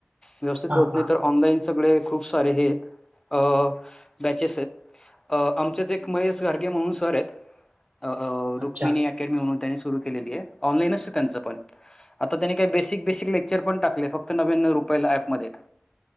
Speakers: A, on the left (about 15°); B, on the right (about 35°).
A: व्यवस्थित
B: हा
A: होत
B: हा
A: नाही तर ऑनलाईन सगळे खूप सारे हे अ बॅचेस आहेत. अ आमचेच एक महेश घारगे म्हणून सर आहेत अ अ रुक्मिणी
B: अच्छा
A: ऍकॅडमी म्हणून त्याने सुरू केलेली आहे ऑनलाईनच आहे त्यांचा पण आता त्याने काय बेसिक बेसिक लेक चर पण टकले फक्त नव्याण्णव रुपयाला ऐप मध्येत.